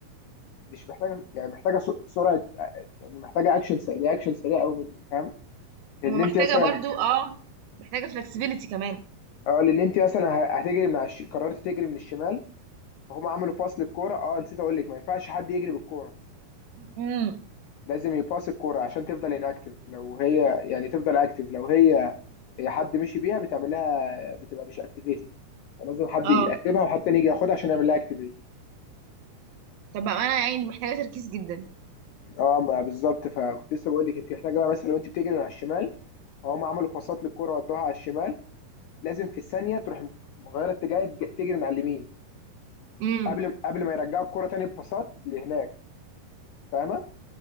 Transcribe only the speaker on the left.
مش محتاجة يعني محتاجة سر- سرعة يعني محتاجة أكشن سريع أكشن سريع أوي منك فاهمة؟ لأن
أنت مثلا
اه لأن أنت مثلا ه- هتجري من على الش... قررت تجري من الشمال فهم عملوا باس للكورة اه نسيت أقول لك ما ينفعش حد يجري بالكورة
لازم يباص الكوره عشان تفضل اناكتف لو هي يعني تفضل اكتف لو هي حد مشي بيها بتعمل لها بتبقى مش اكتيفيتد فلازم حد
يقسمها وحد تاني يجي ياخدها عشان يعمل لها اكتيفيت
اه ما بالظبط فكنت لسه بقول لك انت محتاجه بقى مثلا لو انت بتجري من على الشمال فهم عملوا باصات للكوره ودوها على الشمال لازم في الثانيه تروح مغيره اتجاه تجري من على اليمين
قبل قبل ما يرجعوا الكوره تاني بباصات لهناك فاهمه